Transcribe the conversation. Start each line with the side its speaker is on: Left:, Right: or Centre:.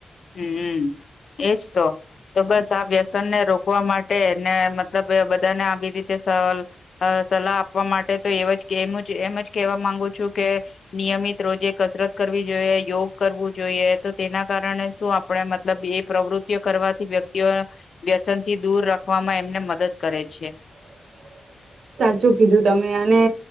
Left: હમમ એજ તો તો બસ આ વ્યસનને રોકવા માટે ને મતલબ બધા ને આવી રીતે સહલ અ સલાહ આપવા માટે તો એ એમ જ કેવા માંગુ છું કે નિયમિત રોજે કસરત કરવી જોઈએ યોગ કરવું જોઈએ તો તેના કારણે આપણે મતલબ એ પ્રવૃતિઓ કરવાથી વ્યક્તિઓ વ્યસન થી દૂર રાખવામાં એમને મદદ કરે છે.
Right: <inaudible> સાચું કીધું તમે અને